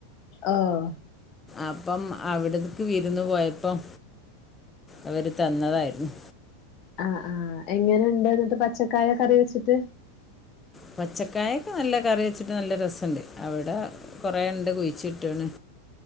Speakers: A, on the left; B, on the left.
A: ഓഹ്
B: അപ്പം അവ്ട്ക്ക് വിരുന്ന് പോയപ്പം അവര് തന്നതായിരുന്നു
A: ആഹ് ആഹ് എങ്ങനെണ്ട് ന്ന്ട്ട് പച്ചക്കായ കറി വെച്ച്ട്ട്
B: പച്ചക്കായൊക്കെ നല്ല കറി വെച്ച്ട്ട് നല്ല രസണ്ട് അവടെ കൊറേണ്ട് കുഴിച്ചിട്ട്ണ്